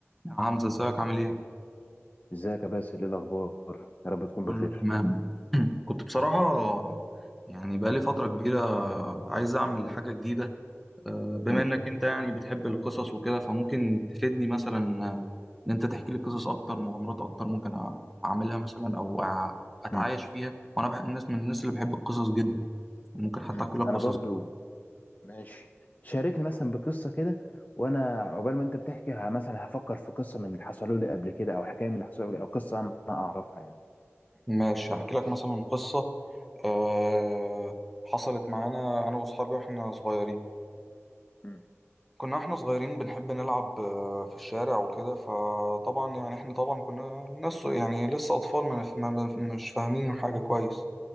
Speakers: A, in the centre; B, on the left.
A: يا حمزة ازيك عامل ايه؟
B: ازيك يا باسل ايه الاخبار يا رب تكون
A: كله
B: بخير
A: تمام <clears throat> كنت بصراحة يعني بقالي فترة كبيرة عايز أعمل حاجة جديدة آه، بما
B: مم.
A: إنك أنت يعني بتحب القصص وكده فممكن تفيدني مثلا آه، إن أنت تحكي لي قصص أكتر مغامرات أكتر ممكن أ- أعملها مثلا أو أع- أتعايش
B: مم.
A: فيها وأنا بحب الناس من الناس اللي بحب القصص جدا ممكن حتى
B: مم.
A: أحكي لك قصص
B: انا برضو ماشي شاركني مثلا بقصه كده وانا عقبال ما انت بتحكي ه- مثلا هفكر في قصه من اللي حصلوا لي قبل كده او حكايه من اللي حصلوا لي قبل- او قصه انا اعرفها يعني
A: ماشي أحكي لك مثلا قصة آه، حصلت معانا أنا وأصحابي وإحنا صغيرين
B: مم.
A: كنا احنا صغيرين بنحب نلعب آه، في الشارع وكده فطبعا يعني احنا طبعا كنا ناس يعني لسه اطفال ما نف- ما- ما- مش فاهمين حاجة كويس